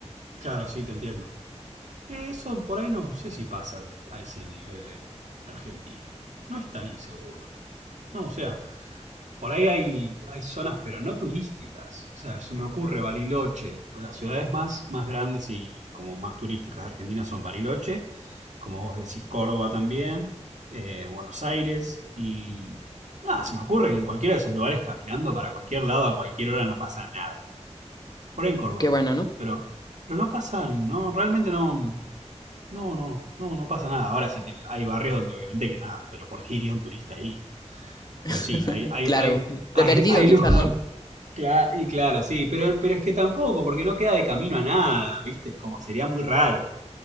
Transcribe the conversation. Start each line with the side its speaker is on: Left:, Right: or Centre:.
Right: claro, sí, te entiendo. Eso por ahí no sé si pasa a ese nivel en, Argentina. No es tan inseguro. No, o sea, por ahí hay, hay zonas, pero no turísticas. O sea, se me ocurre Bariloche. Las ciudades más, más grandes y como más turísticas de Argentina son Bariloche, como vos decís, Córdoba también, eh, Buenos Aires y... Nada, se me ocurre que en cualquiera de esos lugares caminando para cualquier lado a cualquier hora no pasa nada. Por ahí en Córdoba.
Left: Qué bueno, ¿no?
Right: Pero, pero no pasan, no, realmente no, no, no, no, no pasa nada. Ahora sí, te met- hay barrios donde obviamente que nada, pero ¿por qué iría un turista ahí? Pero
Left: <laughs>
Right: sí, hay, hay,
Left: Claro,
Right: hay,
Left: de
Right: hay,
Left: perdido
Right: hay
Left: quizás,
Right: lugares.
Left: ¿no?
Right: Cla- y claro, sí, pero, pero es que tampoco, porque no queda de camino a nada, ¿viste? Es como sería muy raro.